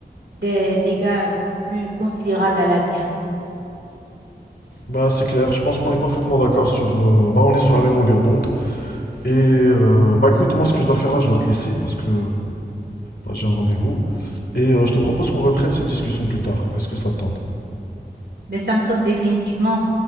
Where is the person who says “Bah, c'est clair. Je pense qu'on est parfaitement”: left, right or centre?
Left